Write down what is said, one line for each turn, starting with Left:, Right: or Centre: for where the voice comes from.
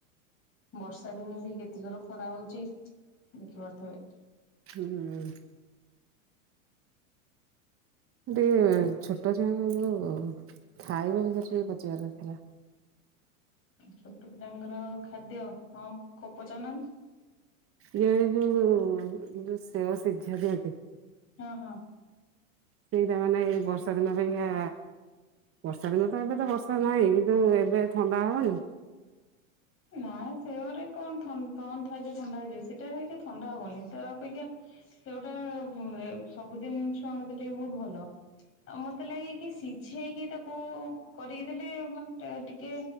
Left: ବର୍ଷା ଦିନେ ବି କେତେ ଜୋରେ ଖରା ହଉଚି ଦେଖିପାରୁଥିବେ।
Right: ହୁଁ। ଟିକେ ଛୋଟ ଛୁଆଙ୍କ ଯୋଉ ଖାଇବା ବିଷୟରେ ଟିକେ ପଚିବାର ଥିଲା।
Left: ଛୋଟ ପିଲାଙ୍କର ଖାଦ୍ୟ, ହଁ କୋ ପଚାରୁନାହାନ୍ତି?
Right: ଇଏ ଯୋଉ -ଯୋଉ ସେଉ ସିଝା ଦିଅନ୍ତି
Left: ହଁ ହଁ।
Right: ସେଇରା ମାନେ ଏଇ ବର୍ଷା ଦିନ ପାଇଁକା ବର୍ଷା ଦିନ ତ ଏବେ ତ ବର୍ଷା ନାହିଁ। କିନ୍ତୁ ଏବେ ଥଣ୍ଡା ହବନି?
Left: ନା ସେଉରେ କଣ ଥନ କଣ ଥାଏ ଯେ ଥଣ୍ଡା ହେଇଯିବ? ସେଓଟା ଥଣ୍ଡା ହବନି ତା ଅପେକ୍ଷା ସେଉଟା ଉଁ ରେ ସବୁଦିନ ଛୁଆଙ୍କୁ ଦେଲେ ବି ବହୁତ ଭଲ। ଆଉ ମତେ ଲାଗେ କି ସିଝେଇକି ତାକୁ କରିକି ଦେଲେ ମାନେ ତାର ଟିକେ